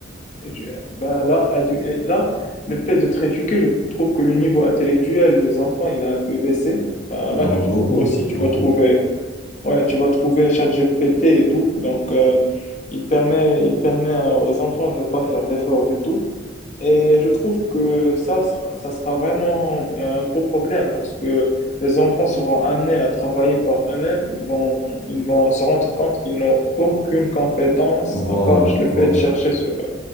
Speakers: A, on the left; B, on the left.
A: et, et tu- ben, là, là, du- et là, le fait de te rééduquer, je trouve que le niveau intellectuel des enfants, il a un peu baissé. Ben, là,
B: Euh,
A: tu trouves
B: beaucoup,
A: aussi, tu
B: beaucoup.
A: vas trouver, ouais, tu vas trouver ChatGPT et tout. Donc, euh, il permet, il permet à- aux enfants de ne pas faire d'efforts du tout. Et je trouve que ça sera, ça sera vraiment un gros problème lorsque les enfants seront amenés à travailler par eux-mêmes. Ils vont, ils vont se rendre compte qu'ils n'ont aucune compétence
B: Voilà,
A: à part le
B: voilà.
A: fait de chercher sur euh,